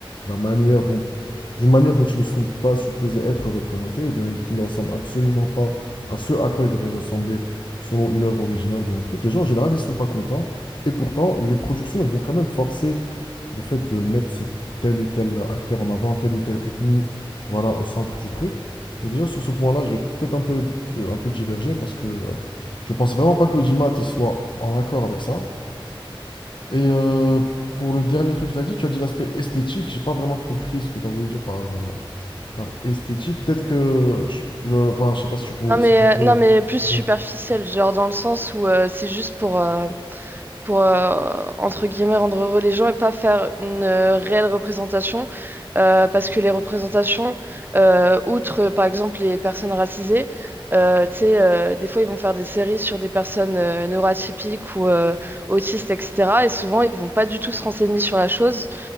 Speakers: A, on the left; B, on the right.
A: la manière dont, d'une manière dont ils ne sont pas supposés être représentés, ou bien qui ne ressemblent absolument pas à ce à quoi ils devraient ressembler selon une œuvre originale ou bien un truc. Les gens, en général, ils ne sont pas contents, et pourtant, les productions, elles vont quand même forcer le fait de mettre ce- tel ou tel acteur en avant, telle ou telle ethnie, voilà, au centre du truc. Donc déjà, sur ce point-là, je vais peut-être un peu, euh, un peu diverger parce que euh, je pense vraiment pas que l'audimat il soit en accord avec ça. Et euh, pour le dernier truc que tu as dit, tu as dit l'aspect esthétique. J'ai pas vraiment compris ce que tu as voulu dire par, euh, par esthétique. Peut-être que... Je, je- enfin, je sais pas si tu peux...
B: Non
A: Si
B: mais,
A: tu peux...
B: euh, non mais plus superficielle,
A: ouais.
B: genre dans le sens où euh, c'est juste pour, euh, pour euh, entre guillemets rendre heureux les gens et pas faire une euh, réelle représentation. Euh, parce que les représentations, euh, outre euh, par exemple les personnes racisées, euh, tu sais, euh, des fois ils vont faire des séries sur des personnes euh, neuroatypiques ou euh, autistes, etc. Et souvent ils vont pas du tout se renseigner sur la chose.